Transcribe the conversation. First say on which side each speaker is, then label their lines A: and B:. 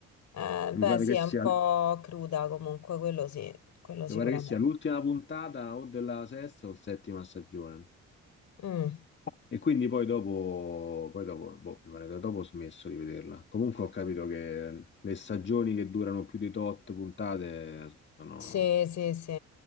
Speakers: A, on the left (about 70°); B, on the left (about 40°).
A: eh,
B: Mi
A: beh,
B: pare
A: sì,
B: che
A: è
B: sia...
A: un po' cruda comunque, quello sì, quello sicuramente.
B: Mi pare che sia l'ultima puntata o della sesta o settima stagione.
A: Mm,
B: E quindi poi dopo, poi dopo, boh, mi pare che dopo ho smesso di vederla. Comunque ho capito che le stagioni che durano più di tot puntate sono
A: sì, sì, sì,